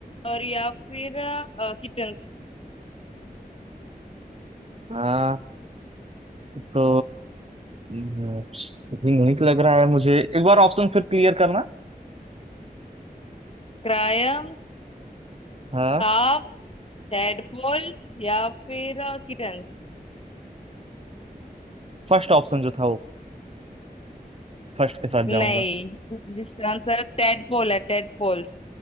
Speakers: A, on the left; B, on the right.
A: और या फिर किटन्स
B: हाँ तो हम्म, यूनिक लग रहा है मुझे एक बार ऑप्शन फिर क्लियर करना
A: क्रायम्स
B: हाँ
A: काफ टेडपोल या फिर किटन्स
B: फर्स्ट ऑप्शन जो था वो फर्स्ट के साथ
A: नहीं
B: जाऊंगा
A: जिसका आंसर टेडपोल है टेडपोल्स